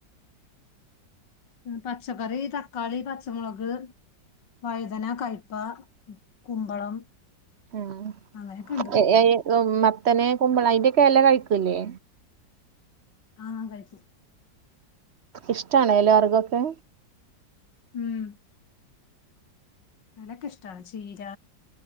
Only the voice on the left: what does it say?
പച്ചക്കറി തക്കാളി പച്ചമുളക് വൈതന കഴപ്പ കുമ്പളം
അങ്ങനെയൊക്കെ ഉണ്ട്
ആഹ് കഴിക്കും
ഉം അനക്കെ ഇഷ്ടാ ചീര